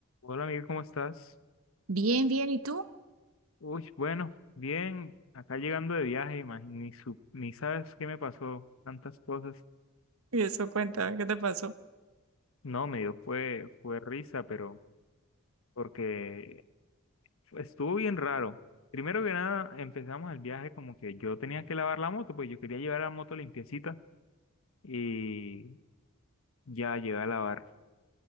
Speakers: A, on the left; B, on the right.
A: Hola amiga, ¿cómo estás?
B: Bien, bien, ¿y tú?
A: Uy, bueno, bien, acá llegando de viaje, imagi- ni, su- ni sabes qué me pasó, tantas cosas.
B: Y eso, cuéntame, ¿qué te pasó?
A: No, me dio fue, fue risa, pero porque estuvo bien raro. Primero que nada, empezamos el viaje como que yo tenía que lavar la moto, pues yo quería llevar la moto limpiecita y ya llegué a lavarla